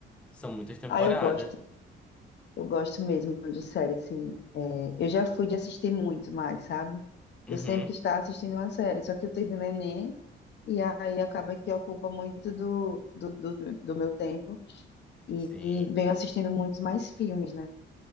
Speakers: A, in the centre; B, on the left.
A: São muitas temporadas.
B: Ah, eu gosto. Eu gosto mesmo de série, assim. É, eu já fui de assistir muito mais, sabe?
A: Uhum.
B: Eu sempre estava assistindo uma série, só que eu tive neném, e aí acaba que ocupa muito do, do, do, do meu tempo, e,
A: Sim,
B: e venho assistindo muitos mais filmes, né?